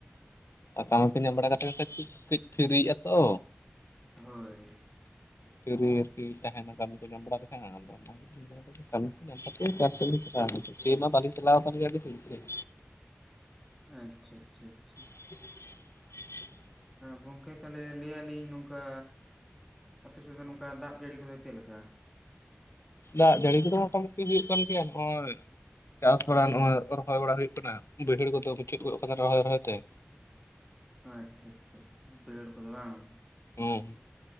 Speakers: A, on the left; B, in the centre.
A: ᱟᱨ ᱠᱟᱢᱤ ᱠᱚ ᱧᱟᱢ ᱵᱟᱲᱟ ᱠᱟᱛᱮᱫ ᱠᱟᱹᱡ ᱠᱟᱹᱡ ᱯᱷᱤᱨᱤᱜᱼᱟ ᱛᱚ
B: ᱦᱳᱭ
A: ᱯᱷᱤᱨᱤ ᱟᱨᱠᱤ ᱛᱟᱦᱮᱱᱟ ᱠᱟᱢᱤ ᱠᱚ ᱧᱟᱢ ᱵᱟᱲᱟ ᱞᱮᱠᱷᱟᱱ ᱦᱟᱸᱜ ᱟᱫᱚ ᱚᱱᱟ ᱜᱮ ᱢᱮᱱᱫᱟᱞᱤᱧ ᱠᱟᱢᱤ ᱠᱚ ᱧᱟᱢ ᱠᱟᱛᱮ ᱮᱠᱟᱞ ᱛᱮ ᱞᱤᱧ ᱪᱟᱞᱟᱜ-ᱟ ᱡᱟᱸᱜᱟ, ᱥᱮᱹᱭ ᱢᱟ ᱰᱟᱞᱤᱧ ᱪᱟᱞᱟᱣ ᱠᱟᱱ ᱜᱮᱭᱟ ᱟᱹᱰᱤ ᱫᱤᱱ ᱠᱷᱚᱡ
B: ᱟᱪᱪᱷᱟ ᱟᱪᱪᱷᱟ ᱟᱪᱪᱷᱟ
A: <inaudible>
B: ᱜᱚᱝᱠᱮ ᱛᱟᱦᱞᱮ ᱞᱟᱹᱭᱟᱞᱤᱧ ᱱᱚᱝ ᱠᱟ ᱟᱯᱮ ᱥᱮᱫ ᱫᱚ ᱱᱚᱝᱠᱟ ᱫᱟᱜ ᱡᱟᱹᱲᱤ ᱠᱚᱫᱚ ᱪᱮᱫ ᱞᱮᱠᱟ
A: ᱫᱟᱜ ᱡᱟᱹᱲᱤ ᱠᱚᱫᱚ ᱢᱚᱴ ᱢᱩᱴᱤ ᱦᱩᱭᱩᱜ ᱠᱟᱱ ᱜᱮᱭᱟ ᱱᱚᱜᱼᱚᱭ ᱪᱟᱥ ᱵᱟᱲᱟ, ᱱᱚᱜᱼᱚᱭ ᱨᱚᱦᱚᱭ ᱵᱟᱲᱟ ᱦᱩᱭᱩᱜ ᱠᱟᱱᱟ ᱾ ᱵᱟᱹᱭᱦᱟᱹᱲ ᱠᱚᱫᱚ ᱢᱩᱪᱟᱹᱫ ᱜᱚᱫᱚ ᱠᱟᱱᱟ, ᱨᱚᱦᱚᱭ ᱨᱚᱦᱚᱭ ᱛᱮ᱾
B: ᱟ ᱪᱪᱷᱟ ᱪᱷᱟ ᱪᱷᱟ ᱵᱟᱹᱭᱦᱟᱹᱲ ᱠᱚᱫᱚ ᱵᱟᱝ,
A: ᱦᱩᱸ